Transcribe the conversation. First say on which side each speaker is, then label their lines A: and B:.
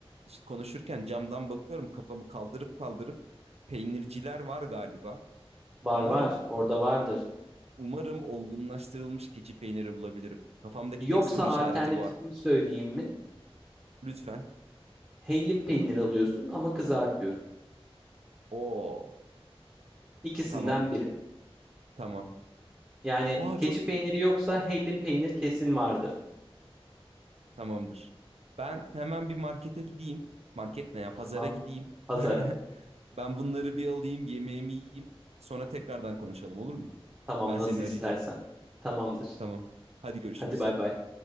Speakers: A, on the right (about 85°); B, on the right (about 15°).
A: işte konuşurken camdan bakıyorum kafamı kaldırıp kaldırıp peynirciler var galiba.
B: Var
A: Umarım,
B: var orada vardır.
A: umarım olgunlaştırılmış keçi peyniri bulabilirim. Kafamdaki
B: Yoksa
A: tek soru
B: alternatifini
A: işareti bu artık.
B: söyleyeyim mi?
A: Lütfen.
B: Hellim peynir alıyorsun ama kızartıyorsun.
A: Oo,
B: İkisinden
A: tamam,
B: biri.
A: tamam.
B: Yani
A: Oha
B: keçi
A: çok
B: peyniri yoksa hellim peynir kesin vardır.
A: tamamdır. Ben hemen bir markete gideyim. Market ne ya? Pazara
B: Tamam
A: gideyim.
B: pazara.
A: <laughs> Ben bunları bir alayım, yemeğimi yiyeyim. Sonra tekrardan konuşalım olur mu?
B: Tamam
A: Ben
B: nasıl
A: seni arayacağım.
B: istersen. Tamamdır.
A: Tamam. Hadi görüşürüz.
B: Hadi bay bay.